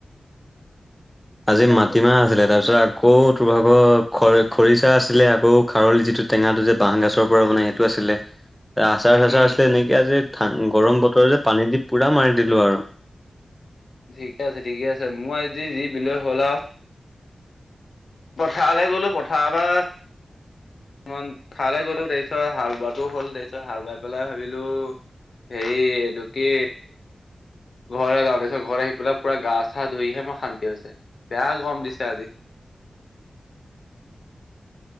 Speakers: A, in the centre; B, on the left (about 70°).
A: আজি মাটিমাহ আছিলে তাৰ পিছত আকৌ তোৰ ভাগৰ খৰি -খৰিচা আছিলে আকৌ খাৰলি যিটো টেঙাটো যে বাহ গাচৰ পৰা বনাই সেইটো আছিলে আচাৰ -চাচাৰ
B: উম
A: আছিলে এনেকে আজি গৰম বতৰ যে পানী দি পুৰা মাৰি দিলো আৰু।
B: ঠিকে আছে- ঠিকে আছে মই আজি যি বিলৈ হ'ল আও। পথাৰলৈ গ'লো পথাৰ পা মন খালে গ'লো তাৰপিছত হাল বোৱাটো হ'ল তাৰপিছত হাল বাই পেলাই ভাবিলো সেই এইটো কি ঘৰ যাওঁতে পিছত ঘৰ আহি পেলাই পুৰা গা চা ধুইহে মই শান্তি হৈছে বেয়া গম দিছে আজি।